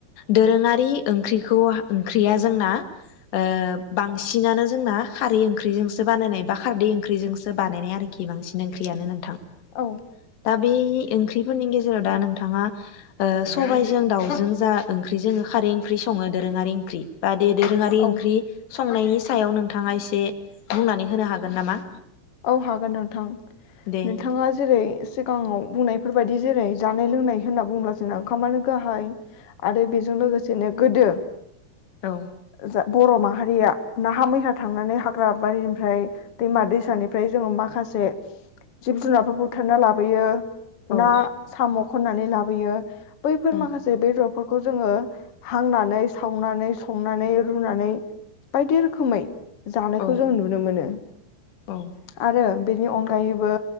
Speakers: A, on the left (about 75°); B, on the left (about 60°).
A: दोरोङारि ओंख्रिखौ हा ओंख्रिया जोंना ओ बांसि सिनानो जोंना खारै ओंख्रिजोंसो बानायनाय बा खारदै ओंख्रिजोंसो बानायनाय आरोखि बांसिन ओंख्रियानो नोंथां।
B: औ
A: दा बे ओंख्रिफोरनि गेजेराव दा नोंथाङा ओ सबायजों दाउजों जा ओंख्रिजों खारै ओंख्रि सङो दोरोङारि ओंख्रि बा बे दोरोङारि
B: औ
A: ओंख्रि संनायनि सायाव नोंथाङा एसे बुंनानै होनो हागोन नामा?
B: औ हागोन नोंथां
A: दे
B: नोंथाङा जेरै सिगाङाव बुंनायफोर फोरबायदि जेरै जानाय लोंनाय होनना बुंब्ला जोंना ओंखामानो गाहाय आरो बेजों लोगोसेनो गोदो
A: औ
B: जा बर' माहारिया नाहा मैहा थांनानै हाग्रा बारिनिफ्राय दैमा दैसानि फ्राय जोङो माखासे जिब-जुनारफोर बुथारना लाबोयो। ना,
A: औ
B: साम' खननानै लाबोयो। बैफोर
A: औ
B: माखासे बेदरफोरखौ जोङो हांनानै सावनानै संनानै रुनानै बायदि रोखोमै जानायखौ
A: औ
B: जों नुनो मोनो।
A: औ
B: आरो बेनि अनगायैबो